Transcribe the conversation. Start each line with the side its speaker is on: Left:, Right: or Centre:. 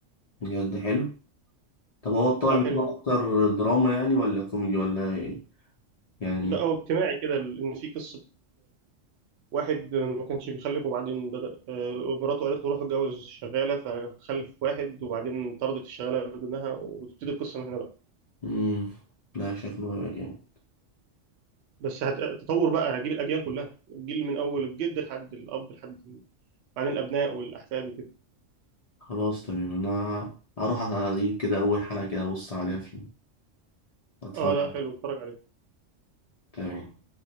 Left: بجد حلو طب هو الطبع
Right: لا
Left: بتاعه
Right: حلو قوي
Left: اكتر دراما يعني ولا كوميدي ولا ايه يعني
Right: لا هو اجتماعي كده ان في قصه واحد ما كانش بيخلف وبعدين بدأ آه، مراته قالت له روح اتجوز شغالة فخلف واحد وبعدين طردت الشغالة بدونها وتبتدي القصة من هنا بقى
Left: امم لا شكله هيبقى جامد
Right: بس هتطور بقى هجيب الأجيال كلها الجيل من أول الجد لحد الأب لحد بعدين الأبناء والأحفاد وكده
Left: خلاص تمام انا هروح على اليوتيوب كده اول حلقة كده ابص عليها فيه اتفرج
Right: اه لا حلو اتفرج عليه
Left: تمام